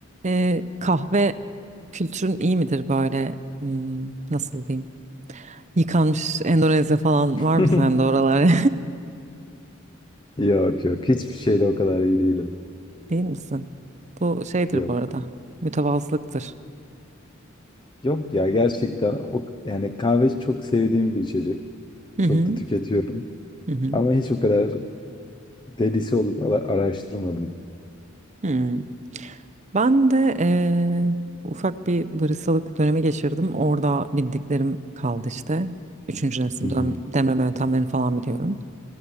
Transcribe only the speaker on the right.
Ee, kahve kültürün iyi midir böyle? Hmm, nasıl diyeyim? Yıkanmış Endonezya falan var
mı sende oralar?
<laughs> Değil misin? Bu şeydir
bu arada. Mütevazılıktır.
Hı hı.
Hı hı.
Hmm. Ben de eee, ufak bir baristalık dönemi geçirdim. Orada bildiklerim kaldı işte. Üçüncü nesil
dön- demleme yöntemlerini falan biliyorum.